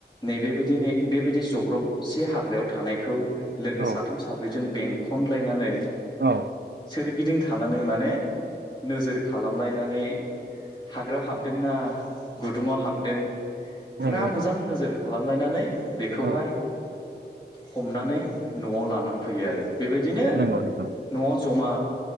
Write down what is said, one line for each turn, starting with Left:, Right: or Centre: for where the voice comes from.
Left: नै बेबाय दिनै बेबायदि जब्रबसे हाग्रायाव थानायखौ लोगो
Right: औ
Left: साथाम साब्रै जों बेंखनलायनानै
Right: औ
Left: सोरगिदिं थानानै माने नोजोर खालामलायनानै हाग्रायाव हाबदोंना गुदुङाव हाबदों फुरा
Right: नंगौ नोंथां
Left: मोजां नोजोर खालामलायनानै बेखौहाय
Right: औ
Left: हमनानै न'आव लानानै फैयो आरो बेबायदिनो
Right: नंगौ नंगौ
Left: न'आव जमा